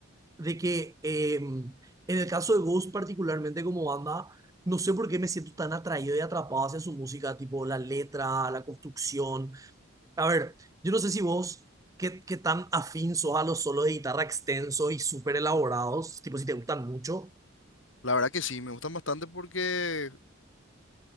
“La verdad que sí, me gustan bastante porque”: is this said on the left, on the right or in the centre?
Left